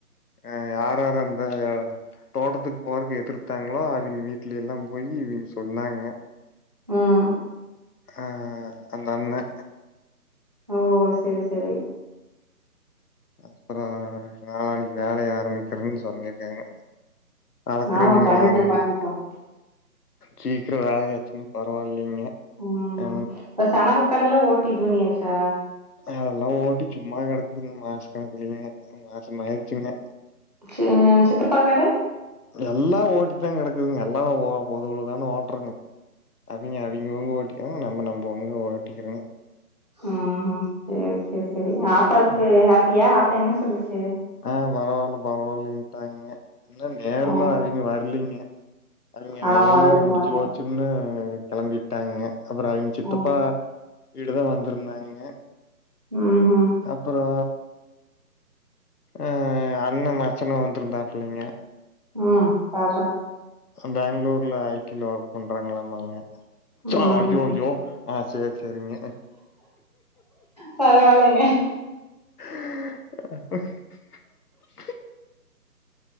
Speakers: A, on the left; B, on the right.
A: அ யார் யார் வந்த <unintelligible> தோட்டத்துக்கு போறக்கு எதிர்த்தாங்களோ அவிங்க வீட்லேலா போயி இவிங்க சொன்னாங்க
B: ம்
A: ஆ அந்த அண்ண
B: ஓ செரி செரி
A: அப்பறோ நாளானிக்கி வேலய ஆரம்பிக்கிறோன் சொல்லிருக்காங்க அளக்கிரவியங்க
B: ஆமா. பண்ணட்டும்,
A: வாறனுமாம
B: பண்ணட்டும்.
A: சீக்கிரோ வேலயாச்சுன்னு பரவாயில்லிங்க
B: ம்.
A: அ
B: இப்ப சணப்புக்காடெல்லா ஓட்டி இதுபண்னியாச்சா
A: அதெல்லா ஓட்டி சும்மா கெடக்குதுங்க மாச கணக்குலிங்க <inaudible> மாச மாயிருச்சிங்க
B: சே சித்தப்பா கட
A: எல்லா ஓட்டி தா கிடக்குதுங்க எல்லா பொதுவுலதான ஓட்டுருங்க அவிங்க அவிங்கவுங்க ஓட்டிக்கிறாங்க நம்ம நம்மவங்க ஓட்டிக்கிறாங்க
B: ம்ஹு செரி செரி சரி ஆத்தாவுக்கு
A: ம்
B: ஹாப்பியா ஆத்தா என்ன சொல்லுச்சு
A: ஆ பரவாயில்ல பரவாயில்லன்ட்டாங்க என்ன நேர்ல
B: அ.
A: அவிங்க வரலீங்க அவிங்க
B: அவ
A: நல்ல
B: வந்திருக்க
A: நேரம் முடிஞ்சு
B: மாட்டேன்.
A: போச்சு சின்னு கிளம்பி விட்டாங்க அப்புற அவங்க சித்தப்பா
B: ம்.
A: வீடுதா வந்திருந்தாங்கங்க
B: ம்ஹும்
A: அப்பறோ அ அண்ண மச்சன வந்திருந்தாப்லைங்க
B: ஆ பாரா
A: பெங்களூர்ல ஐ டில ஒர்க் பண்றாங்களாமாங்க சா
B: ம்ஹ்ம்.
A: ஐயயோ ஆ சேரி சேரிங்க
B: பரவாயில்லைங்க
A: ஆ